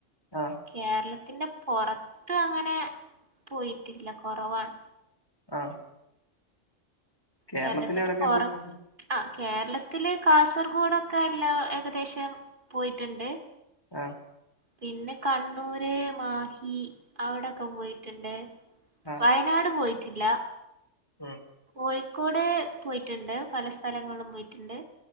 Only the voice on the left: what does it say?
ആ
ആഹ് കേരളത്തില്
എവിടൊക്കെ
പോയിട്ടുണ്ട്
ആഹ്
ആ
ഉം